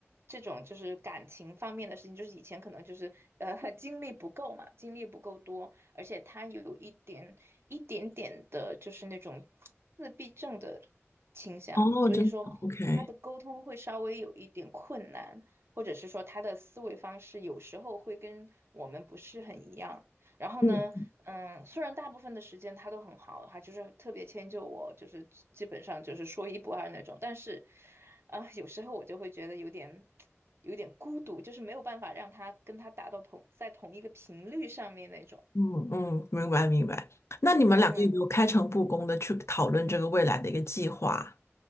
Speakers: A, on the right; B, on the left.
A: 这种就是感情方面的事情，就是以前可能就是呃 <laughs> 经历不够嘛，经历不够多，而且他有一点一点点的就是那种自闭症的倾向，
B: 哦，
A: 所以说。
B: 真的，OK，
A: 他的沟通会稍微有一点困难，或者是说他的思维方式有时候会跟我们不是很一样。然后呢，
B: 嗯
A: 嗯，虽然大部分的时间他都很好，他就是特别迁就我，就是基基本上就是说一不二那种。但是，啊、有时候我就会觉得有点有点孤独，就是没有办法让他跟他达到同在同一个频率上面那种。
B: 嗯嗯，明白明白。那你们两个有没有开诚布公的去讨论这个未来的一个计划？
A: 嗯。